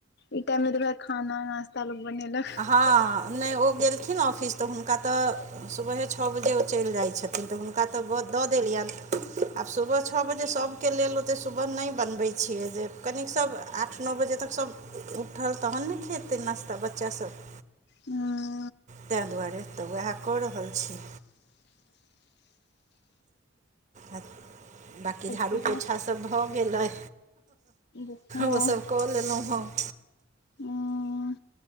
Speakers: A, on the left (about 55°); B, on the right (about 35°).
A: इ टाइम मे तऽ वेह खाना नास्ता लोक बनेलक।
B: हँ नहि ओ गेलखिन ऑफिस त हुनका तऽ। सुबहे छ बजे ओ चलि जाइत छथिन तऽ हुनका तऽ दऽ देलियनि। आब सुबह छऽ बजे सब के लेल ओते सुबह नहि बनबै छियै जे कनिक सब आठ न बजे तक सब उठल तहन ने खेतै नाश्ता बच्चा सब।
A: हुं।
B: तैं दुआरे तऽ वहा कऽ रहल छी। आ बाँकी झाड़ू
A: कहियौ
B: पोछा सभ भऽ गेल अइ
A: हँ
B: ओसभ कऽ लेलौ हम।
A: उम्म,